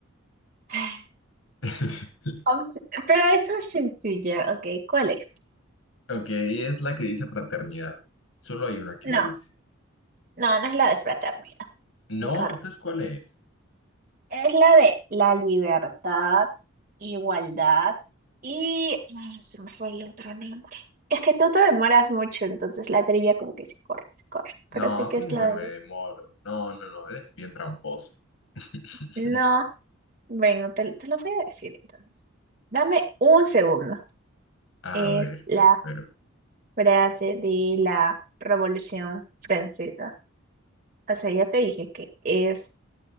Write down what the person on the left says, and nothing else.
<laughs>
Ok, es la que dice fraternidad. Solo hay una que
lo dice.
No,
entonces, ¿cuál es?
No,
como
que me
demoro. No, no, no, eres bien tramposa. <laughs>
A
ver,
me espero.